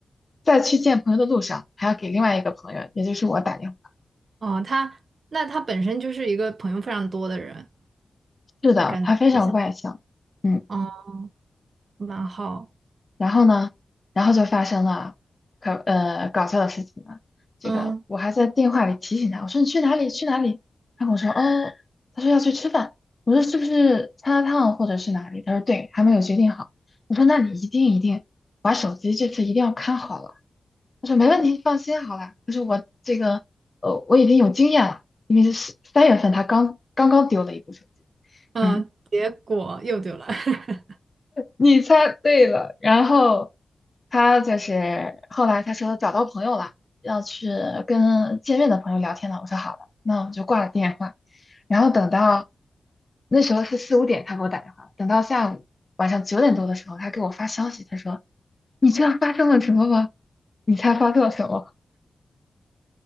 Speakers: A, on the left; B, on the right.
A: 在去见朋友的路上还要给另外一个朋友，也就是我打电话。
B: 哦，他那他本身就是一个朋友非常多的人，
A: 是的，
B: 感觉就像
A: 他非常外向，嗯。
B: 哦，蛮好。
A: 然后呢，然后就发生了可呃搞笑的事情了。这个我还在电话里提醒他，
B: 嗯
A: 我说你去哪里去哪里？他跟我说哦，他说要去吃饭。我说是不是麻辣烫或者是哪里？他说对，还没有决定好。我说那你一定一定把手机这次一定要看好了。他说没问题，放心好了。他说我这个呃我已经有经验了，因为是三月份他刚刚刚丢了一部手机。
B: 嗯，
A: 嗯。
B: 呃结果又丢了。<laughs>
A: 你猜对了。然后他就是后来他说找到朋友了，要去跟见面的朋友聊天了。我说好了，那我们就挂了电话。然后等到那时候是四五点，他给我打电话。等到下午晚上九点多的时候，他给我发消息，他说：“你知道发生了什么吗？”你猜发生了什么？